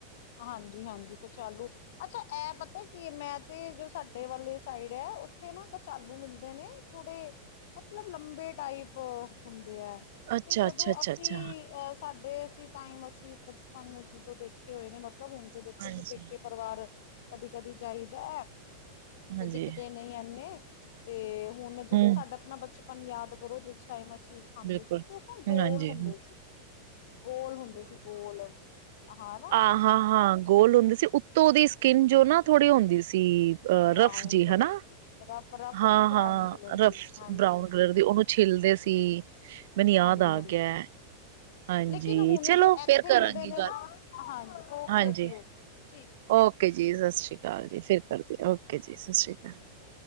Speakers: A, on the left; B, on the right.
A: ਹਾਂਜੀ ਹਾਂਜੀ ਕਚਾਲੂ ਅੱਛਾ ਇਹ ਪਤਾ ਕੀ ਮੈਂ ਤੇ ਜੋ ਸਾਡੇ ਵਾਲੇ ਸਾਈਡ ਹੈ ਉੱਥੇ ਨਾ ਕਚਾਲੂ ਮਿਲਦੇ ਨੇ ਥੋੜੇ ਮਤਲਬ ਲੰਬੇ ਟਾਈਪ ਹੁੰਦੇ ਹੈ।
B: ਅੱਛਾ
A: ਤੇ ਜਦੋਂ
B: ਅੱਛਾ ਅੱਛਾ
A: ਅਸੀਂ
B: ਅੱਛਾ
A: ਅ ਸਾਡੇ ਸੀ ਟਾਈਮ ਅਸੀਂ ਬਚਪਨ ਜਦੋਂ ਦੇਖੇ ਹੋਏ ਨੇ ਮਤਲਬ ਹੁਣ ਤੇ ਦੇਖੋ
B: ਹਾਂਜੀ
A: ਸੀ ਪੇਕੇ ਪਰਿਵਾਰ ਕਦੀ ਕਦੀ ਜਾਈਦਾ ਤੇ
B: ਹਾਂਜੀ
A: ਦਿਖਦੇ ਨਹੀਂ ਐਨੇ ਤੇ ਹੁਣ ਜਦੋਂ
B: ਹਮ
A: ਸਾਡਾ ਆਪਣਾ ਬਚਪਨ ਹੁਣ ਯਾਦ ਕਰੋ ਜਿਸ ਟਾਈਮ ਅਸੀਂ ਖਾਂਦੇ
B: ਬਿਲਕੁਲ
A: ਸੀ ਤੇ ਉਸ ਟਾਈਮ ਗੋਲ
B: ਹਾਂਜੀ
A: ਹੁੰਦੇ ਸੀ। ਗੋਲ ਹੁੰਦੇ ਸੀ ਗੋਲ ਹਾਂ ਨਾ
B: ਆਹ ਹਾਂ ਹਾਂ ਗੋਲ ਹੁੰਦੀ ਸੀ ਉੱਤੋਂ ਉਹਦੀ ਸਕਿੰਨ ਜੋ ਨਾ ਥੋੜੀ ਹੁੰਦੀ ਸੀ। ਸੀ
A: ਬਰਾਊਨ
B: ਅ ਰਫ ਜੀ
A: ਕਲਰ
B: ਹਨਾ
A: ਦੀ ਰਫ ਰਫ
B: ਹਾਂ
A: ਜੀ ਬਰਾਊਨ
B: ਹਾਂ
A: ਕਲਰ
B: ਰਫ
A: ਦੀ ਹਾਂਜੀ
B: ਬਰਾਊਨ ਕਲਰ ਦੀ ਉਹਨੂੰ ਛੀਲਦੇ ਸੀ। ਮੈਨੂੰ ਯਾਦ
A: ਹਾਂਜੀ
B: ਆ
A: ਹਾਂਜੀ
B: ਗਿਆ ਹਾਂਜੀ
A: ਲੇਕਿਨ ਹੁਣ
B: ਚਲੋ
A: ਜੋ ਇੱਥੇ
B: ਫੇਰ ਕਰਾਂਗੀ
A: ਮਿਲਦੇ ਨੇ
B: ਗੱਲ
A: ਨਾ ਹਾਂਜੀ ਓਕੇ
B: ਹਾਂਜੀ
A: ਜੀ ਓਕੇ ਠੀਕ
B: ਓਕੇ ਜੀ ਸਤਿ ਸ਼੍ਰੀ ਅਕਾਲ ਜੀ ਫਿਰ ਕਰਦੇ ਓਕੇ ਜੀ ਸਤਿ ਸ਼੍ਰੀ ਅਕਾਲ